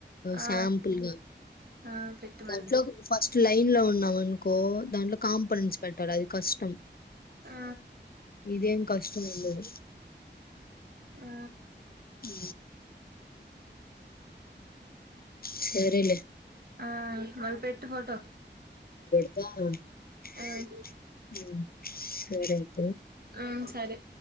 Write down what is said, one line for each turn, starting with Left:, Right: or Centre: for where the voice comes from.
Right: ఆ
Left: సాంపుల్గా
Right: ఆ పెట్టు
Left: దాంట్లో
Right: మళ్ళీ
Left: ఫస్ట్ లైన్ లో ఉన్నాం అనుకో దాంట్లో కాంప నున్స్ పెట్ టా ల అది కష్టం
Right: ఆ
Left: ఇదేం కష్టం ఉండదు <inaudible>
Right: ఆ
Left: ఈ సరలే
Right: ఆ మళపెట్టు ఫోటో
Left: ద అ
Right: మ్మ్
Left: సరె
Right: మ్మ్ సరే